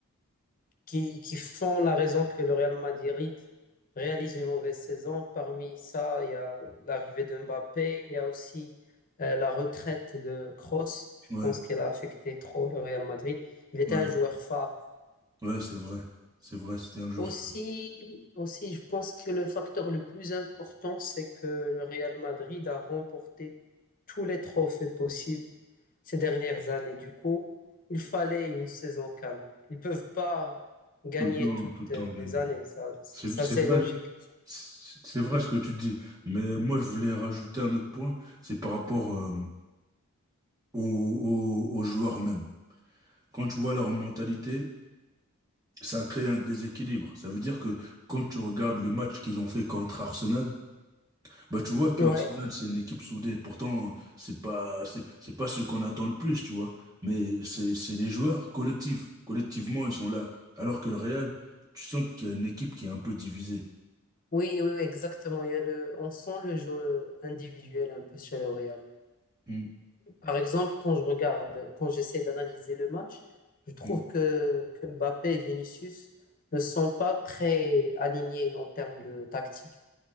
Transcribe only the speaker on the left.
qui, qui font la raison que le Real Madrid réalise une mauvaise saison. Parmi ça, il y a l'arrivée de Mbappé, il y a aussi euh, la retraite de Kroos. Je
pense qu'elle a affecté trop le Real Madrid. Il était
un joueur phare.
Aussi,
aussi, je pense que le facteur le plus important, c'est que le Real Madrid a remporté tous les trophées possibles ces dernières années. Du coup, il fallait une saison calme. Ils ne peuvent pas gagner
toutes
les
années. Ça,
ça
c'est
logique.
Ouais.
Oui, oui, oui, exactement. Il y a le, on sent le jeu individuel un peu chez le Real.
Par exemple, quand je regarde, quand j'essaie d'analyser le match, je trouve
que, que Mbappé et Vinicius ne sont pas très alignés en termes de tactique.